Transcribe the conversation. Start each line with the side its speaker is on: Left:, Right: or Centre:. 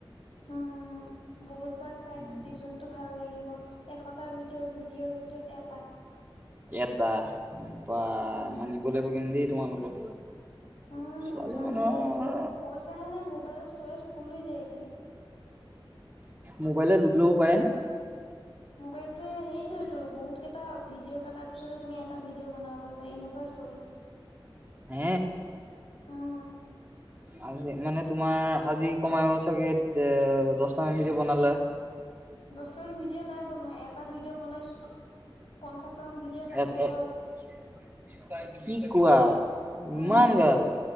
Left: হুম, হুম, বহুতবাৰ চাই,
Right: উম,
Left: চিতি যোনটো ভাল লাগিব, এশটা ভিডিঅ', ভিডিঅ'ৰ ভিতৰত এটা।
Right: এটা, বাহ
Left: উম
Right: মানিব লাগিব কিন্তু দেই তোমালোকক।
Left: উম,
Right: ছোৱালী
Left: মানিব
Right: মানুহৰ
Left: লাগিব মোক। কৈছাহে নে, মোবাইলৰ ষ্ট'ৰেজ ফুল হৈ যায়গে।
Right: মোবাইলে ল'ড ল'ব পাৰে, নে?
Left: মোবাইলটোৱে, সেইটোৱেটো, বহুত কেইটা ভিডিঅ' তাৰপিছতহে তুমি এটা ভিডিঅ' বনাব পাৰিবা, এনেকুৱা ষ্ট'ৰেজ।
Right: হে,
Left: উম
Right: আজি মানে তোমাৰ আজি কমেও চাগে অহ, দহটামান ভিডিঅ' বনালা?
Left: দহটা ভিডিঅ' নাই। বনোৱা, এটা ভিডিঅ' বনাইছো, পঞ্চাশটা মান ভিডিঅ' কাটিব
Right: এ
Left: লগা
Right: এ
Left: হৈছে।
Right: <inaudible> কি কোৱা। ইমান
Left: উম
Right: জালা,